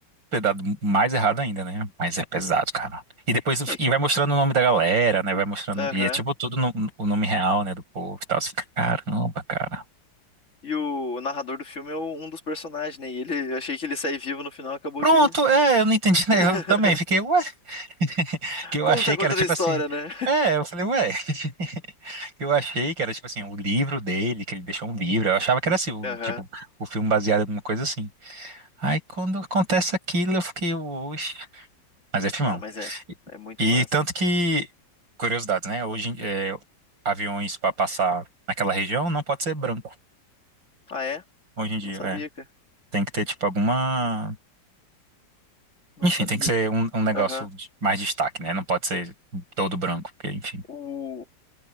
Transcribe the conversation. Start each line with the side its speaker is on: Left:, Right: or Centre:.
Right: ter dado mais errado ainda, né? Mas é pesado, cara. E depois
Left: é
Right: e
Left: que.
Right: vai mostrando o nome da galera, né? Vai mostrando.
Left: Aham.
Right: E é tipo tudo no- o nome real, né? Do povo e tal. Você fica, caramba, cara.
Left: E o, narrador do filme é o- um dos personagens, né? E ele, eu achei que ele sair vivo no final, acabou
Right: Pronto,
Left: que.
Right: é, eu não entendi, né?
Left: <laughs>
Right: Eu também fiquei, ué. <laughs> Que eu
Left: Como
Right: achei
Left: que tá
Right: que
Left: contando
Right: era tipo
Left: a história,
Right: assim.
Left: né?
Right: É, eu falei, ué. <laughs> Que eu achei que era tipo assim, o livro dele, que ele deixou um livro. Eu achava que era assim, o,
Left: Aham.
Right: tipo, o filme baseado em uma coisa assim. Aí quando acontece aquilo, eu fiquei, oxe. Mas é filmão.
Left: Cara, mas é.
Right: E,
Left: É muito massa.
Right: e tanto que, curiosidade né? Hoje, é, aviões para passar naquela região não pode ser branco,
Left: Ah, é?
Right: hoje em dia,
Left: Não sabia,
Right: é.
Left: cara.
Right: Tem que ter, tipo, alguma...
Left: Não
Right: Enfim,
Left: sabia,
Right: tem que ser
Left: cara.
Right: um, um negócio
Left: Aham.
Right: de mais destaque, né? Não pode ser todo branco, porque, enfim.
Left: O...